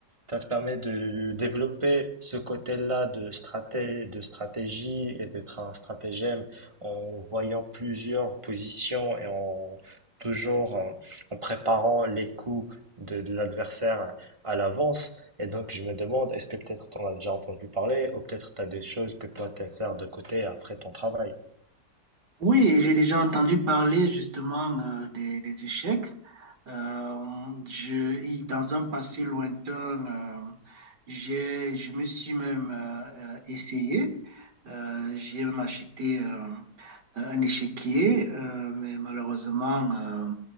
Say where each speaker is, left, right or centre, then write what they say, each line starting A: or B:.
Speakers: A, on the right (about 20°); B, on the right (about 70°).
A: ça te permet de développer ce côté-là de straté- de stratégie et de tra- stratagème en voyant plusieurs positions et en toujours en, en préparant les coups de, de l'adversaire à l'avance. Et donc, je me demande, est-ce que peut-être tu en as déjà entendu parler ou peut-être tu as des choses que toi, tu faire de côté après ton travail.
B: Oui, j'ai déjà entendu parler justement euh, des, des échecs. Euh, je, y- dans un passé lointain, euh, j'ai, je me suis même euh, euh, essayé. Euh, j'ai même acheté euh, un échiquier, euh, mais malheureusement, euh,